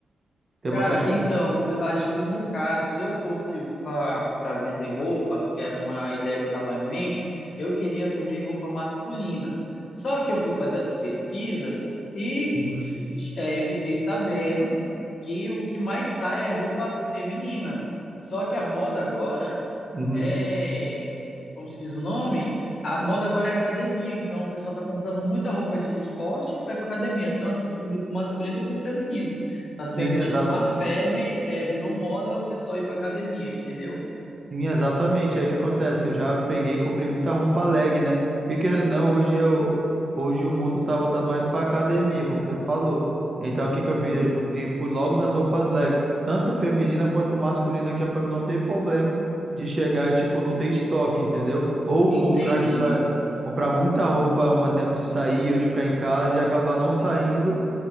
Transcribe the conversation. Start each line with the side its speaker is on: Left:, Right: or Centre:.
Right: Tem
Left: Cara,
Right: uma quantidade.
Left: então, eu acho que no caso, se eu fosse para vender roupa, que era uma ideia que eu estava em mente, eu queria vender roupa masculina. Só que eu fui fazer as pesquisas e
Right: Uhum.
Left: fi- eh, fiquei sabendo que o que mais sai é roupa feminina. Só que a moda agora
Right: Uhum.
Left: é, como se diz o nome? A moda agora é academia, então o pessoal está comprando muita roupa de esporte para ir para academia, tanto o público masculino como feminino. Tá sendo
Right: Sim, exa-
Left: tipo uma febre, é, virou moda o pessoal ir para academia, entendeu?
Right: Sim, exatamente. É o que acontece. Eu já peguei e comprei muita roupa leg, né? Porque querendo ou não, hoje eu, hoje o mundo tá voltado mais pra academia, como você falou. Então, o que
Left: Sim,
Right: que eu fiz? Eu já fui fui logo nas roupas leg, tanto feminina quanto masculina, que é pra mim não ter problema de chegar e, tipo, não ter estoque, entendeu? Ou
Left: entendi.
Right: comprar aquela, comprar muita roupa, um exemplo de sair, eu de ficar em casa e acabar não saindo